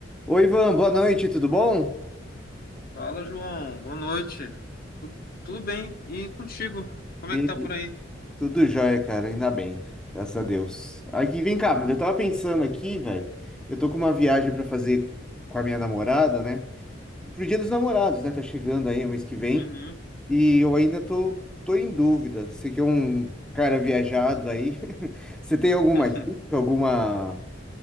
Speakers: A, in the centre; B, on the left (about 50°).
A: Oi, Ivan, boa noite, tudo bom?
B: Fala, João. Boa noite. Tu- tudo bem? E contigo? Como
A: Bem,
B: é que tá por aí?
A: tudo jóia, cara, ainda bem, graças a Deus. Aqui, vem cá, eu tava pensando aqui, velho, eu tô com uma viagem pra fazer com a minha namorada, né? Pro Dia dos Namorados, né? Tá chegando aí o mês que vem
B: Uhum.
A: e eu ainda tô, tô em dúvida. Você que é um cara viajado aí, <laughs> você tem alguma
B: <laughs>
A: dica, alguma,